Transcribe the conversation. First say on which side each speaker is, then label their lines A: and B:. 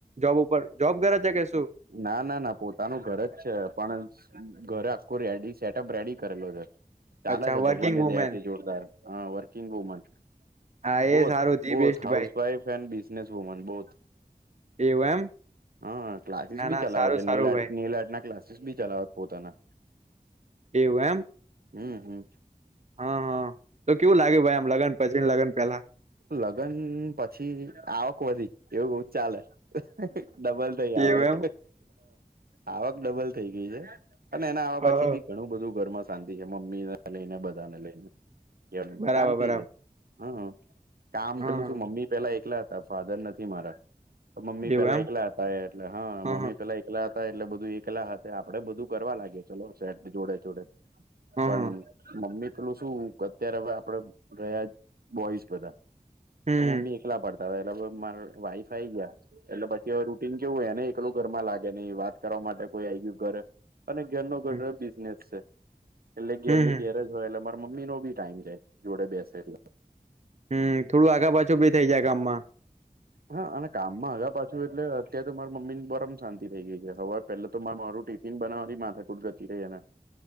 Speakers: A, on the right; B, on the right.
A: જોબ ઉપર જોબ કરે છે કે શું.
B: ના ના ના પોતાનું ઘર જ છે પણ ઘરે આખું રેડી સેટઅપ રેડી કરેલો છે. ચાલે
A: અચ્છા
B: છે
A: વર્કિંગ
B: ભગવાનની
A: વુમેન
B: દયાથી જોરદાર હ વર્કિંગ વુમન.
A: હા
B: બોથ
A: એ સારું ધી
B: બોથ
A: બેસ્ટ
B: હાઉસ
A: ભાઈ
B: wife and business woman both.
A: એવું એમ.
B: હા ક્લાસીસ
A: ના
B: બી
A: ના
B: ચલાવે
A: સારું
B: છે
A: સારું
B: નેલઆર્ટ
A: ભાઈ
B: નેલઆર્ટના ક્લાસીસ બી ચલાવે છે પોતાના.
A: એવું એમ
B: હમ્મ હમ્મ.
A: હા તો કેવું લાગે ભાઈ આમ લગન પછી લગન પેલા.
B: લગ્ન પછી આવક વધી એવું બ ચાલે ડબલ. થઈ આવક
A: એવું
B: આવક ડબલ થઈ ગઈ છે અને એના આવવા
A: એમ
B: પછી બી ઘણું બધું ઘરમાં શાંતિ છે મમ્મી ને લઈને બધાને લઈને કેમ
A: હ બરાબર
B: શાંતિ
A: બરાબર
B: છે. હા, કામ
A: હા
B: પેલું શું મમ્મી પેલા એકલા હતા, ફાધર નથી મારા. મમ્મી
A: એવું
B: પેલા
A: એમ
B: એકલા હતા, એ એટલે હા,
A: હ હ
B: મમ્મી પેલા એકલા હતા એટલે બધું એકલા હતા. આપડે બધું કરવા લાગે, ચલો સે જોડે જોડે.
A: હ
B: પણ
A: હ
B: મમ્મી પેલું શું અત્યારે હવે આપડે રહ્યા બોઈસ બધા.
A: હમ
B: મમ્મી એકલા પડતા હતા એટલે મા વાઈફ આઈ ગયા એટલે પછી હવે રૂટિન કેવું એને એકલું ઘરમાં લાગે નહિ વાત કરવા માટે કોઈ આવી ગયું ઘરે. અને ઘેર નો ગટ
A: હમ
B: બિઝનેસ છે એટલે ઘેની
A: હમ
B: ઘેર. ય એટલે મારા મમ્મી ન ભી ટાઈમ જાય, જોડે બેસે એટલે.
A: હમ, થોડું આગા પાછું ભી થઇ જાય ગામમાં.
B: હા, અને કામમાં હગા પાછું એટલે. અત્યારે તો માર મમ્મી ની ગરમ થઈ ગઈ છે. હવે પેલા તો માર મારું ટિફિન બનાવાની માથાકુટ જતી રઈ એ ને. <unintelligible>